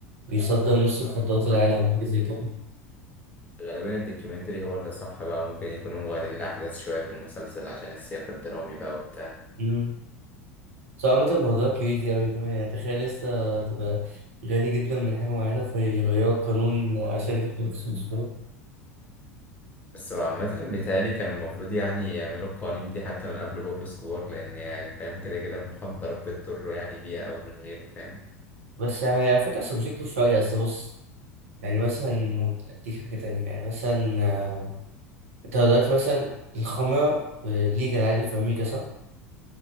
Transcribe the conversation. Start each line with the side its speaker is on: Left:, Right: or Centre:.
Right: بيصدر نص مخدرات العالم وحاجة زي كده
Left: غالبا الدوكيومنتري هو اللي صح بقى ممكن يكونوا مغالين الأحداث شوية في المسلسل عشان السياق الدرامي بقى وبتاع
Right: مم. بس هو عامة الموضوع كريزي أوي فاهم يعني تخيل لسه تبقى غني جدا من حاجة معينة فيغيروا القانون عشان يكتب فلوس
Left: بس هو عامة بيتهيألي كانوا المفروض يعني يعملوا القوانين دي حتى من قبل بابلو سكوار لأن هي فاهم كده كده المخدرات بتضره يعني بيها أو من غيره فاهم
Right: بس يعني على فكرة سبجكتيف شوية بس بص يعني مثلا أديك حاجة تانية يعني مثلا آه، أنت دلوقتي مثلا الخمرة ليجال عادي في أمريكا صح؟